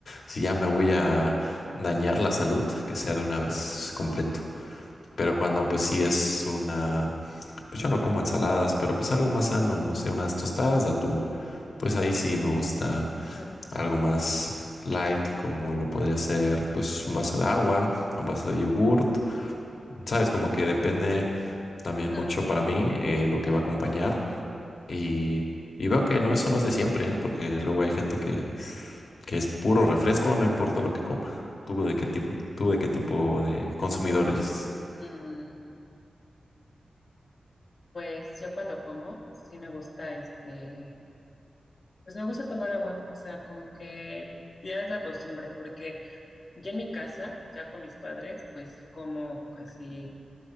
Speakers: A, on the left; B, on the left.
A: si ya me voy a dañar la salud, que sea de una vez completo. Pero cuando pues sí es una, pues yo no como ensaladas, pero pues algo más sano, no sé, unas tostadas de atún. Pues ahí sí me gusta
B: Ajá,
A: algo más light, como lo podría ser pues un vaso de agua, un vaso de yogurt, sabes, como que depende también
B: ajá.
A: mucho para mí eh, lo que va a acompañar y, y veo que no, eso no es de siempre, ¿eh? Porque luego hay gente que, que es puro refresco, no importa lo que coma. ¿Tú de qué tipo, tú de qué tipo de consumidor eres?
B: Mm, Pues yo cuando como, sí me gusta, este, pues me gusta tomar agua, o sea, como que ya es la costumbre, porque ya en mi casa, ya con mis padres, pues sí como casi,